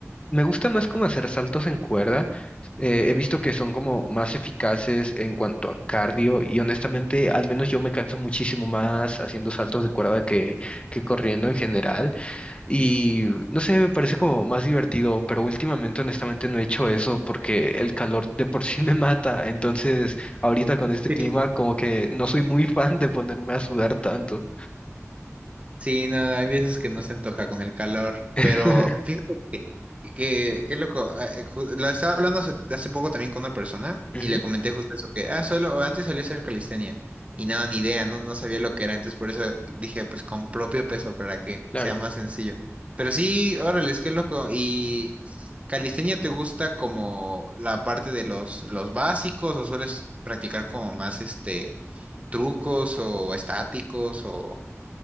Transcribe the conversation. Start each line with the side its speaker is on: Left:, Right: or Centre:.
Left: Me gusta más como hacer saltos en cuerda eh, he visto que son como más eficaces en cuanto a cardio y honestamente, al menos yo me canso muchísimo más haciendo saltos de cuerda que, que corriendo en general y no sé, me parece como más divertido, pero últimamente honestamente no he hecho eso porque el calor de por sí <laughs> me mata, entonces ahorita con este
Right: Sí.
Left: clima como que no soy muy fan de ponerme a sudar tanto.
Right: Sí, no, hay veces que no se antoja con el calor,
Left: <laughs>
Right: pero fíjate que, que, que- qué loco, ah, eh, ju- lo estaba hablando hace, hace poco también con una persona
Left: Ujú,
Right: y le comenté justo eso, que, ah, solo, antes solía hacer calistenia y nada, ni idea, no, no sabía lo que era, entonces por eso dije, pues con propio peso para que
Left: claro.
Right: sea más sencillo. Pero sí, órale, es que loco, y calistenia te gusta como la parte de los, los básicos o sueles practicar como más este trucos o estáticos o...